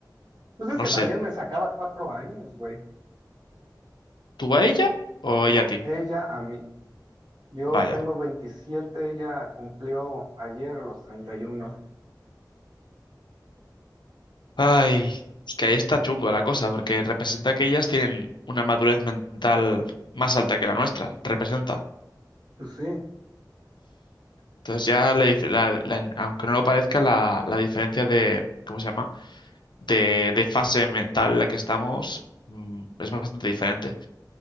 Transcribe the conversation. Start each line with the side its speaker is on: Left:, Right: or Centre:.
Right: Pues es que
Left: No
Right: también
Left: sé,
Right: me sacaba cuatro años, güey.
Left: ¿tú a ella o
Right: No,
Left: ella a ti?
Right: ella a mí. Yo
Left: Vaya.
Right: tengo veintisiete ella cumplió ayer los treinta y uno
Left: Ay, es que ahí está chungo la cosa, porque representa que ellas tienen una madurez mental más alta que la nuestra. Representa.
Right: Pues sí,
Left: Entonces ya, le dif- la- la- aunque no lo parezca, la, la diferencia de, ¿cómo se llama? De, de fase mental en la que estamos mm, es bastante diferente.